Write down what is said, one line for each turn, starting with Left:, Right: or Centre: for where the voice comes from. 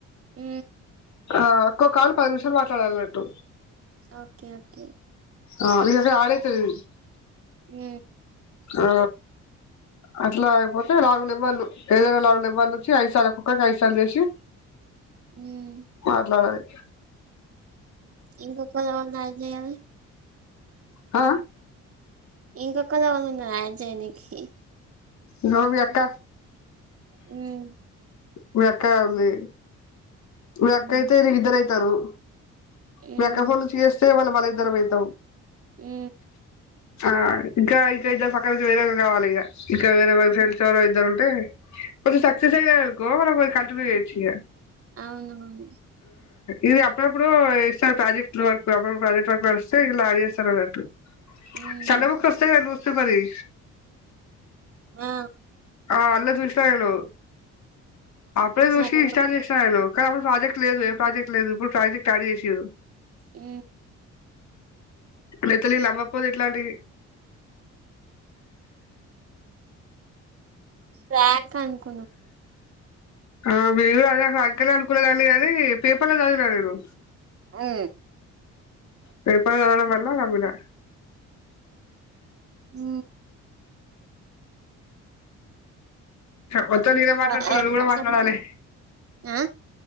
Right: ఉ
Left: ఆ ఒక్కొ కాల్ పది నిమిషాలు మాట్లాడాలినట్టు,
Right: ఓకే ఓకే
Left: ఆ అది ఎ ఆడైతది,
Right: హు
Left: ఆ అట్లా అయిపోతే నాలుగు నెంబర్ లు ఏదైనా నాలుగు నెంబర్లు వచ్చి ఐదు సార్ల ఒక్కరి కి ఐదు సార్లు చేసి
Right: హ్మ్
Left: మాట్లాాడాలి
Right: ఇంకా ఒకలవన అయితాయా,
Left: ఆ
Right: ఇంకా ఒక్కలు ఎవళ్ళు ఉన్నరు ఐదు చేయానికి,
Left: నువ్వు మీ అక్క
Right: హ్మ్
Left: మీ అక్క కాదు లే
Right: హ్మ్
Left: మీ అక్క అయితే ఇద్దరు అయితారు,
Right: హ్మ్
Left: మీ అక్క ఫోన్ నుంచి చేస్తే మళ్ల మనం ఇద్దరంమవుతాం
Right: ఉ
Left: ఆ ఇంకా ఇక ఇద్దరు పక్కన నుంచి వేరే వాళ్ళు కావాలి ఇక ఇక వేరేె తెలిసినోళ్లు
Right: హ్మ్.
Left: ఎవరో ఇద్దరు ఉంటే, కొంచం సక్సెస్ అయినా అనుకో మనం కంటిన్యూ చేయొచ్చు ఇగ
Right: అవునవును
Left: ఇది అప్పుడప్పుడు ఇస్తారు ప్రాజెక్టుల వరకు అప్పుడప్పుడు ప్రాజెక్ట్ వక్ వడిస్తే ఇలా చేేస్తారు అట్టు
Right: హ్మ్
Left: సన్న బుక్కులు వస్తే కదా న్యూస్ పేపర్ వి
Right: ఆ
Left: ఆ అళ్లా చూసిన నేను అప్పుడే చూసి
Right: సరే
Left: ఇన్స్టాల్ చేసిన నేను అక్కడ అప్పుడు ప్రాజెక్ట్ లేదు ఏ ప్రాజెక్ట్ లేదు ఇప్పుడు ప్రాజెక్ట్ స్టార్ట్ చేసారు
Right: ఉ
Left: నెతులిలు అమ్మపోదు ఇట్లాంటి
Right: రక్ అకు
Left: ఆ మీేరు అదే అక్కలే అనుకులేాలి అదది పేపర్లో చదివినా నేను
Right: ఉ
Left: పేపర్లో చదవడం వల్ల నమ్మిన
Right: ఉ
Left: మొత్తం
Right: ఇంకా
Left: నేనే మాట్లాడుతున్న
Right: ఐదు
Left: నువ్వు కూడా
Right: నిమిషాలు
Left: మాట్లాడాలి
Right: ఆ